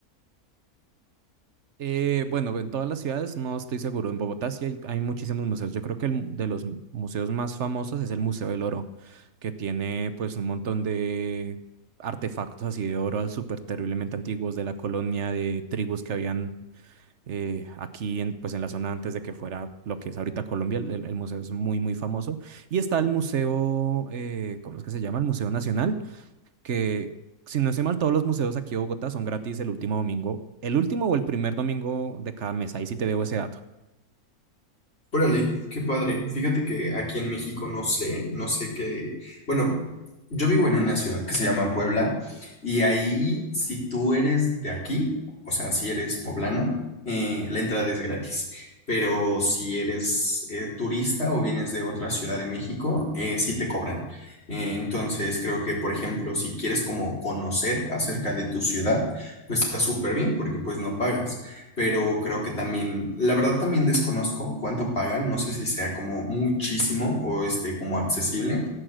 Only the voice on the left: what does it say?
Órale, qué padre. Fíjate que aquí en México no sé, no sé qué. Bueno, yo vivo en una ciudad que se llama Puebla y ahí si tú eres de aquí, o sea, si eres poblano, eh, la entrada es gratis. Pero si eres eh, turista o vienes de otra ciudad de México, eh, sí te cobran. Eh, entonces creo que, por ejemplo, si quieres como conocer acerca de tu ciudad, pues está súper bien porque pues no pagas pero creo que también, la verdad también desconozco cuánto pagan, no sé si sea como muchísimo o este como accesible,